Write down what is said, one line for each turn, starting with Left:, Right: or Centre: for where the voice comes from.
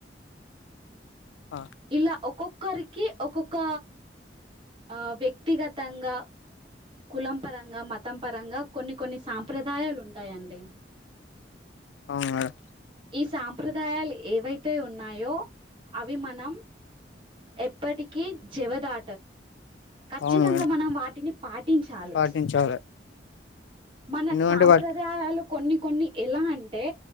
Left: ఆ,
Right: ఇలా ఒక్కొక్కరికి. ఒక్కొక్క. ఆ వ్యక్తిగతంగా. కులం పరంగా మతం పరంగా కొన్ని కొన్ని సాంప్రదాయాలు ఉంటాయండి.
Left: అవునా.
Right: ఈ సాంప్రదాయాలు ఏవైతే ఉన్నాయో, అవి మనం, ఎప్పటికీ జవదా. ఖచ్చితంగా
Left: అవును మేడం
Right: మనం వాటిని పాటించాలి,
Left: పాటించాలి
Right: మన
Left: ఎందుకంటే
Right: సాంప్రదాయాలు.
Left: వాటి
Right: కొన్ని కొన్ని ఎలా అంటే.